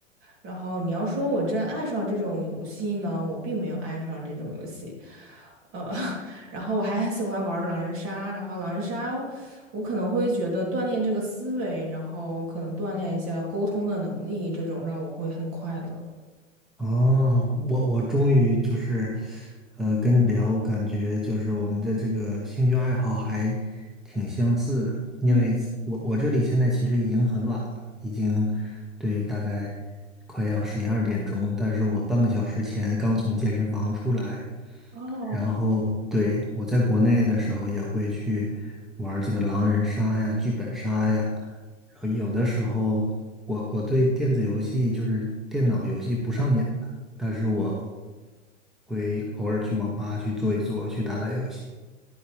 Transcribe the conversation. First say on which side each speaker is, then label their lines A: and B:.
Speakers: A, on the right; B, in the centre.
A: 然后你要说我真爱上这种游戏呢，我并没有爱上这种游戏。呃，<laughs> 然后我还喜欢玩狼人杀，然后狼人杀，我可能会觉得锻炼这个思维，然后可能锻炼一下沟通的能力，这种让我会很快乐。
B: 哦，我我终于就是，呃，跟你聊，感觉就是我们的这个兴趣爱好还挺相似的，因为我我这里现在其实已经很晚了，
A: 嗯，
B: 已经对大概快要十一二点钟，但是我半个小时前刚从健身房出来，
A: 哦。
B: 然后对，我在国内的时候也会去玩儿这个狼人杀呀、剧本杀呀，然后有的时候我我对电子游戏就是电脑游戏不上瘾的，但是我会偶尔去网吧去坐一坐，去打打游戏。